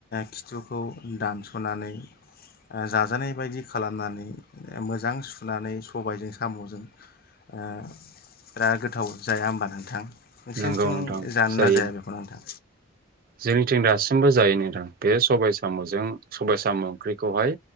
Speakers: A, on the left (about 45°); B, on the right (about 45°).
A: खिथुखौ दानस'नानै जाजानाय बायदि खालामनानै मोजां सुनानै सबायजों साम'जों ओ बिराद गोथाव जाया हबा नोंथां? नोंसिनि
B: नंगौ
A: थिं
B: नोंथां
A: जानो
B: जायो
A: ना जाया बेखौ नोंथां
B: जोंनिथिं दासिमबो जायो नोंथां बे सबाय साम'जों सबाय साम' ओंख्रि खौहाय